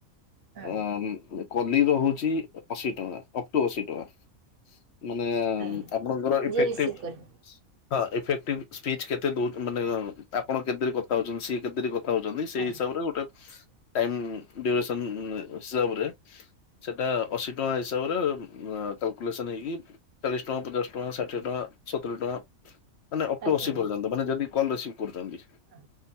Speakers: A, on the right; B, on the left.
A: ହଁ
B: ଅ କଲି ରହୁଛି ଅଶୀ ଟଙ୍କା ଅପ ଟୁ ଅଶୀ ଟଙ୍କା। ମାନେ
A: ଆଜ୍ଞା
B: ଆପଣଙ୍କର ଇଫେକ୍ଟିଭ।
A: ଯିଏ ରିସିଭ୍ କରିବ
B: ହଁ ଏଇଫେକ୍ଟିଭ ସ୍ପିଚ୍ କେତେ ଦଉଚ ମାନେ ଆପଣ କେତେରେ କଥା ହଉଛନ୍ତି ସିଏ କେତେରେ କଥା ହେଉଛନ୍ତି ସେଇ
A: ହଁ
B: ହିସାବରେ ଗୋଟେ ଟାଇମ ଡ୍ୟୁରେସନ ହିସାବରେ ସେଇଟା ଅଶୀ ଟଙ୍କା ହିସାବରେ କାଲକୁଲେସନ୍ ହେଇକି ଚାଳିଶ ଟଙ୍କା, ପଚାଶ ଟଙ୍କା, ଷାଠିଏ ଟଙ୍କା, ସତୁରୀ ଟଙ୍କା ମାନେ ଅପ୍
A: ଆଜ୍ଞା
B: ଟୁ ଅଶୀ
A: ଆଜ୍ଞା
B: ପର୍ଯ୍ୟନ୍ତ ମାନେ ଯଦି କଲ୍ ରିସିଭ୍ କରୁଛନ୍ତି,
A: ହଁ